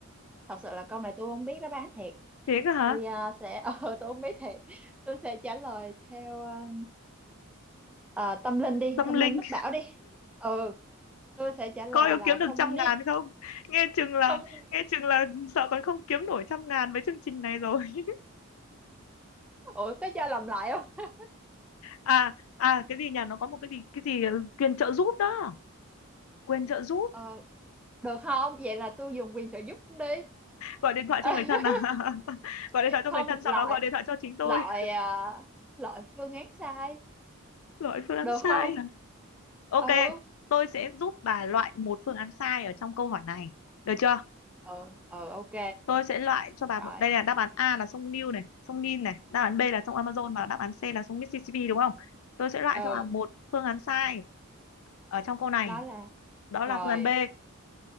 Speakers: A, in the centre; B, on the left.
A: Thật sự là câu này tôi không biết đó bán thiệt.
B: thế cơ hả
A: Tôi ờ, sẽ, <laughs> ờ, tôi không biết thiệt. Tôi sẽ trả lời theo ờ, ờ, tâm linh đi,
B: tâm
A: tâm
B: linh
A: linh mách bảo đi. Ừ, tôi sẽ trả lời
B: coi có
A: là
B: kiếm
A: sông
B: được trăm
A: Nin.
B: ngàn không nghe chừng là
A: Sông,
B: nghe chừng là sợ còn không kiếm nổi trăm ngàn với chương trình này rồi <laughs>
A: ủa có cho làm lại không?
B: à à cái gì nhỉ nó có một cái gì cái gì ờ, quyền trợ giúp đó quyền trợ giúp
A: Ờ, được không? Vậy là tôi dùng quyền trợ giúp đi.
B: gọi điện thoại
A: <laughs>
B: cho người thân à <laughs> gọi điện thoại cho
A: Không,
B: người thân sau
A: loại
B: đó gọi điện thoại cho chính tôi
A: loại à, loại phương án sai.
B: loại phương án
A: Được
B: sai
A: không?
B: à ok
A: Ừ,
B: tôi sẽ giúp bà loại một phương án sai ở trong câu hỏi này được chưa
A: ừ, ừ, ok.
B: tôi sẽ loại cho bà
A: Rồi.
B: một- đây là đáp án A là sông Nil này sông Nin này đáp án B là sông Amazon và đáp án C là sông Mississippi đúng không tôi sẽ loại
A: Ừ,
B: cho bà một phương án sai ở trong câu này
A: đó là
B: đó
A: rồi
B: là phương án B